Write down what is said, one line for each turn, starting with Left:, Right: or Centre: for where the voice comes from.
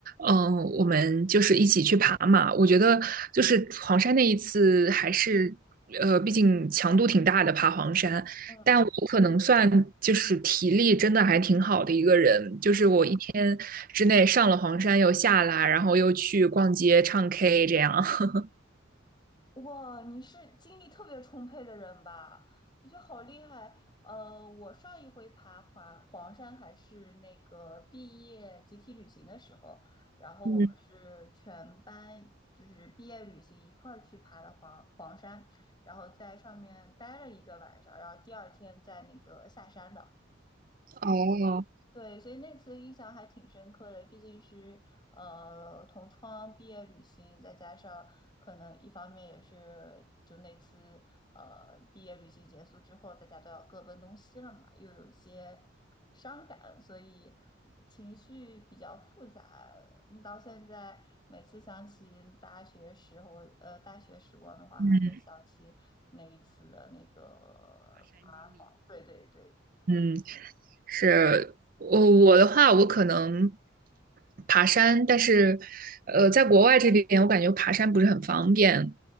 Right: 嗯，我们就是一起去爬嘛。我觉得就是黄山那一次还是，呃，毕竟强度挺大的，爬黄山。
Left: 嗯，
Right: 但我可能算就是体力真的还挺好的一个人，就是我一天之内上了黄山又下来，然后又去逛街唱 K 这样。<laughs>
Left: 哇，你是精力特别充沛的人吧？我觉得好厉害。呃，我上一回爬黄黄山还是那个毕业集体旅行的时候，然后我们是全班就是毕业旅行一块儿去爬了黄黄山，
Right: 嗯，
Left: 然后在上面待了一个晚上，然后第二天在那个下山的。
Right: 哦，
Left: 对，所以那次印象还挺深刻的，毕竟是呃同窗毕业旅行，再加上可能一方面也是就那次呃毕业旅行结束之后，大家都要各奔东西了嘛，又有一些伤感，所以情绪比较复杂。嗯到现在每次想起大学时候呃大学时光的话，
Right: 嗯
Left: 还会想起那一次的那个，对对对。
Right: 嗯。是我我的话，我可能爬山，但是呃，在国外这边，我感觉爬山不是很方便。